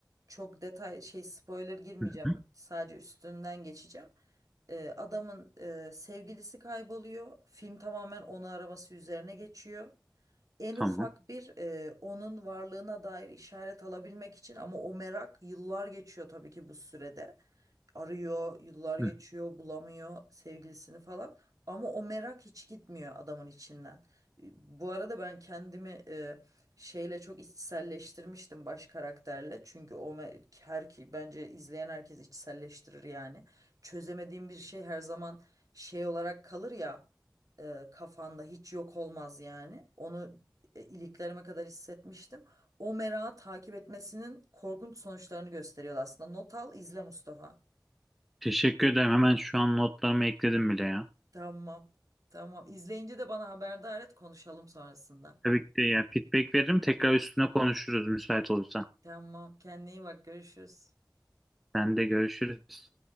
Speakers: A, on the right (about 50°); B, in the centre.
A: Çok detay şey spoiler girmeyeceğim.
B: Hı hı.
A: Sadece üstünden geçeceğim. E, adamın e, sevgilisi kayboluyor. Film tamamen onu araması üzerine geçiyor en
B: Tamam.
A: ufak bir e, onun varlığına dair işaret alabilmek için ama o merak yıllar geçiyor tabii ki bu sürede. Arıyor, yıllar geçiyor,
B: Hı.
A: bulamıyor sevgilisini falan. Ama o merak hiç gitmiyor adamın içinden. E, Bu arada ben kendimi e, şeyle çok içselleştirmiştim baş karakterle. Çünkü o me- her ki bence izleyen herkes içselleştirir yani. Çözemediğim bir şey her zaman şey olarak kalır ya e, kafanda hiç yok olmaz yani. Onu e, iliklerime kadar hissetmiştim. O merağı takip etmesinin korkunç sonuçlarını gösteriyor aslında. Not al, izle Mustafa.
B: Teşekkür ederim. Hemen şu an notlarımı ekledim bile ya.
A: Tamam. Tamam. İzleyince de bana haberdar et, konuşalım sonrasında.
B: Tabii ki de yani feedback veririm. Tekrar üstüne konuşuruz müsait olursan.
A: Tamam. Kendine iyi bak. Görüşürüz.
B: Sen de görüşürüz.